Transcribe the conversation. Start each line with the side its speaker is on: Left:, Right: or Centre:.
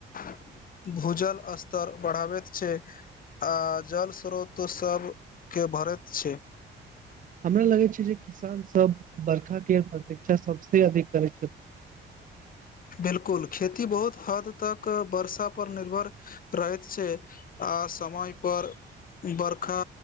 Left: <inaudible> भूजल स्तर बढ़ाबैत छै आ जल स्रोत सब केँ भरैत छै
Right: हमरा लगे छै जे किसान सब बरखा केँ प्रतीक्षा सबसे अधिक करे छथिन
Left: बिल्कुल खेती बहुत हद तक वर्षा पर निर्भर। रहैत छै आ समय पर बरखा